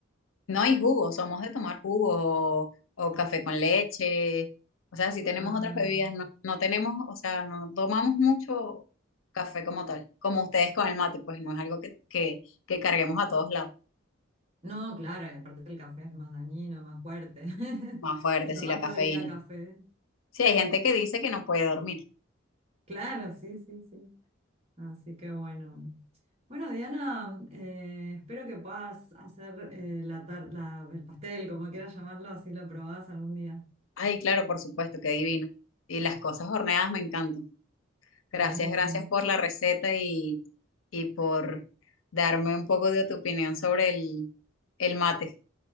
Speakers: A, on the left (about 80°); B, on the right (about 30°).
A: No hay jugo, somos de tomar jugo o, o café con leche. O sea, si tenemos
B: Ah,
A: otras bebidas, no, no tenemos, o sea, no tomamos mucho café como tal, como ustedes con el mate, pues no es algo que, que, que carguemos a todos lados,
B: no, claro, y aparte el café es más dañino, más fuerte. <laughs>
A: más fuerte,
B: Si tomás
A: sí la cafeína.
B: todo el día café.
A: Sí, hay gente que dice que no puede dormir.
B: Claro, sí, sí, sí. Así que bueno. Bueno, Diana, eh, espero que puedas hacer eh, la tar- la- el pastel, como quieras llamarlo, así lo probás algún día.
A: Ay, claro, por supuesto, qué divino. Y las cosas horneadas me encantan. Gracias,
B: Buenísimo.
A: gracias por la receta y, y por darme un poco de tu opinión sobre el, el mate.